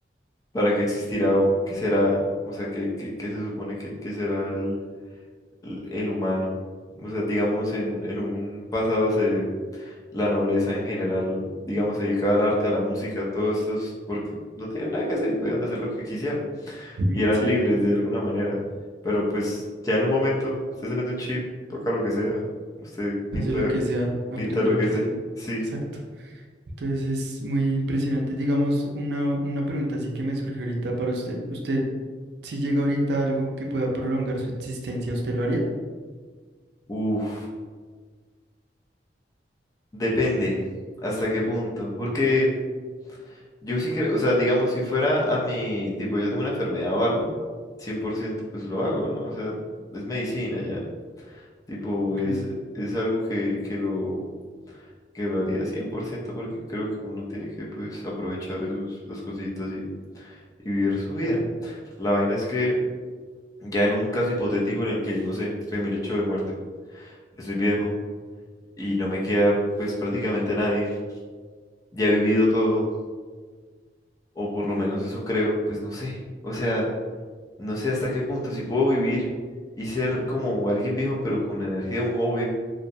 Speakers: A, on the left; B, on the right.
A: ¿para qué existirá o qué será? O sea, ¿qué, qué, qué se supone que, que será el el el humano. O sea, digamos, en, en un pasado se, la nobleza en general, digamos, se dedicaba al arte, a la música, todo esto porque no tenían nada que hacer y podían hacer lo que quisieran.
B: <laughs>
A: Y eran
B: Sí,
A: libres de alguna manera. Pero pues ya en un momento, usted se mete un chip, toca lo que sea, usted
B: hace
A: pinta,
B: lo que sea, aprende
A: pinta lo
B: lo
A: que
B: que
A: sea.
B: sea.
A: Sí.
B: Exacto.
A: ent-
B: Entonces es muy impresionante. Digamos, una, una pregunta así que me surge ahorita para usted. ¿Usted, si llega ahorita algo que pueda prolongar su existencia, usted lo haría?
A: Uf, depende hasta qué punto. Porque Yo sí creo, o sea, digamos, si fuera a mi, tipo, yo tengo una enfermedad o algo, 100%, pues lo hago, ¿no? O sea, es medicina ya. Tipo,
B: Ok,
A: es, es algo que, que lo, que lo haría 100%, porque creo que uno tiene que, pues, aprovechar esos, las cositas y, y vivir su vida.
B: claro.
A: La vaina es que ya en un caso hipotético en el que, no sé, estoy en mi lecho de muerte, estoy viejo y no me queda, pues, prácticamente nadie, ya he vivido todo, o por lo menos eso creo, pues no sé. O sea... No sé hasta qué punto, si puedo vivir y ser como alguien viejo, pero con la energía de un joven,